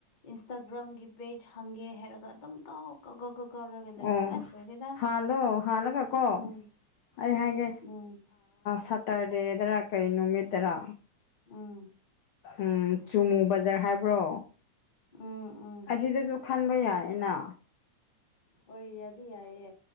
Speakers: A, on the left (about 30°); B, on the left (about 75°).
A: ꯏꯟꯁꯇꯥꯒ꯭ꯔꯥꯝꯒꯤ ꯄꯦꯖ ꯍꯪꯒꯦ ꯍꯥꯏꯔꯒ ꯑꯗꯨꯝ ꯀꯥꯎ ꯀ ꯀ ꯀ ꯀꯔꯒ ꯂꯩꯕ
B: ꯑꯣ
A: ꯑꯁ ꯂꫭꯏꯔꯤꯗ
B: ꯍꯥꯜꯂꯣ ꯍꯥꯜꯂꯒꯀꯣ
A: ꯎꯝ꯫
B: ꯑꯩ ꯍꯥꯏꯒꯦ꯫
A: ꯎꯝ
B: ꯁꯇꯔꯗꯦꯗꯔ ꯀꯩ ꯅꯨꯃꯤꯠꯇꯔꯥ
A: ꯎꯝ
B: ꯎꯝ ꯆꯨꯃꯨ ꯕꯖꯥꯔ ꯍꯥꯏꯕ꯭ꯔꯣ꯫
A: ꯎꯝ ꯎꯝ꯫
B: ꯑꯁꯤꯗꯁꯨ ꯈꯟꯕ ꯌꯥꯏꯌꯦꯅ꯫
A: ꯍꯣꯏ ꯌꯥꯗꯤ ꯌꯥꯌꯦ꯫